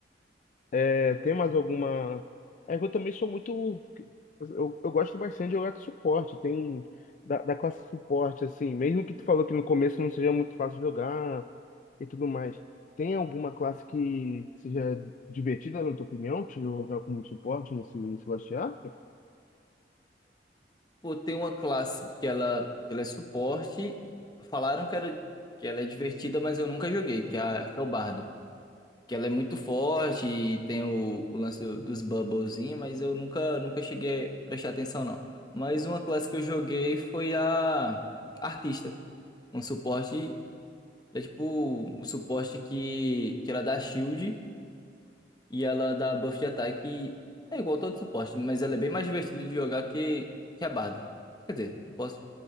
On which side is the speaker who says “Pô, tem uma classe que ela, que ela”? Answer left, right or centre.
Left